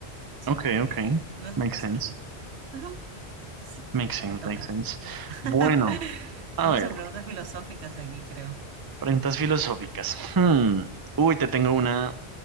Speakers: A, on the right (about 85°); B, on the right (about 30°).
A: Sí,
B: Ok,
A: como que
B: ok.
A: lo dejo
B: Makes
A: pasar.
B: sense.
A: Ajá, sí,
B: Makes sense,
A: te toca.
B: makes sense.
A: <laughs>
B: Bueno,
A: Estamos
B: a ver,
A: en preguntas filosóficas aquí, creo.
B: preguntas filosóficas. Hmm. Uy, te tengo una,